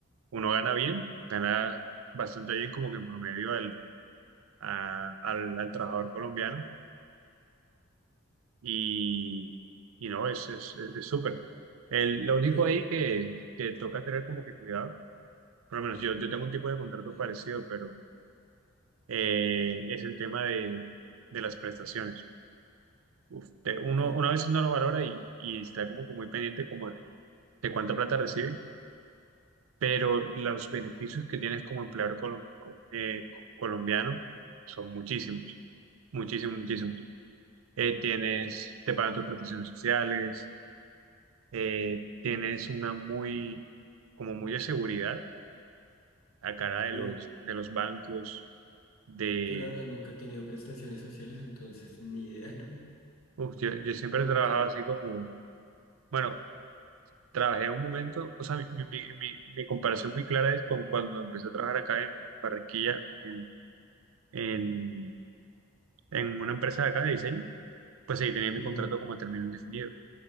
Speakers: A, on the right; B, on the left.
A: uno gana bien, gana bastante bien como que en promedio al, a- al, al trabajador colombiano y, y no, es, es, es súper. El- Lo único
B: Pero,
A: ahí que, que toca tener como que cuidado, por lo menos yo, yo tengo un tipo de contrato
B: eh,
A: parecido, pero eh, es el tema de, de las prestaciones. uf, te- uno,
B: ok,
A: uno a veces no lo valora y, y está como que muy pendiente como de, de cuánta plata recibe, pero los beneficios que tienes como empleador colom- co- eh, co- colombiano son muchísimos, muchísimos, muchísimos. Eh, tienes, te pagan tus protecciones sociales, eh, tienes una muy, como muy de seguridad a cara de
B: yo,
A: los, de los bancos, de,
B: yo la verdad nunca he tenido prestaciones sociales, entonces ni idea, <laughs> no me...
A: uf, yo, yo siempre
B: Como
A: he trabajado
B: que...
A: así como, bueno, trabajé un momento, o sea, mi, mi- mi- mi- mi comparación muy clara es con cuando empecé a trabajar acá en Barranquilla, en, en, en una empresa de acá de diseño, pues ahí tenía mi
B: ujú,
A: contrato como a término indefinido.